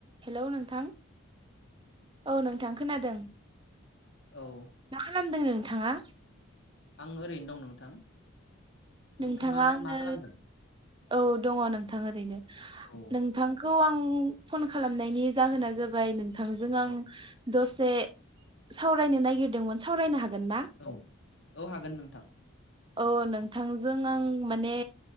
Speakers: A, on the right (about 20°); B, on the left (about 55°).
A: Hello नोंथां औ नोंथां खोनादों
B: औ।
A: -खामदों नोंथाङा?
B: आं ओरैनो दं नोंथां। नोंथाङालाय
A: नोंथाङा आंनो
B: मा खालामदों
A: औ दङ नोंथां ओरैनो
B: औ
A: नोंथां -खौ आं फन खालामनायनि जाहोना जाबाय नोंथांजों आं
B: औ
A: दसे सावरायनो नागिरदोंमोन सावरायनो हागोन ना
B: औ औ हागोन नोंथां।
A: औ नोंथांजों आं माने